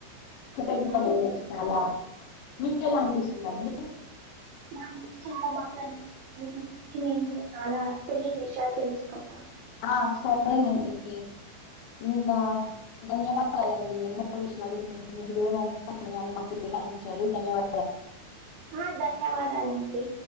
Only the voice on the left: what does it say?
కృతజ్ఞతలండి
చాలా, మీకెలా అనిపిస్తుందండి?
ఆ సరేనండి. ఇంకా ధన్యవాదాలండి, ఎన్నో విషయాలు మీ విలువైన సమయాన్ని మాకి ఇచ్చారు ధన్యవా